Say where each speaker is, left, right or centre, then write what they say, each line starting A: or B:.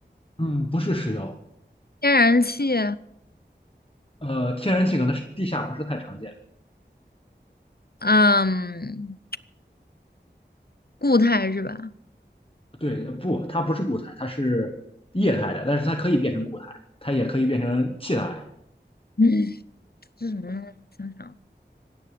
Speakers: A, on the left; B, on the left.
A: 嗯，不是石油，
B: 天然气，
A: 呃，天然气可能是地下不是太常见。
B: 嗯，固态是吧？
A: 对，不，它不是固态，它是液态的，但是它可以变成固态，它也可以变成气态。
B: 嗯，这什么呢？想想。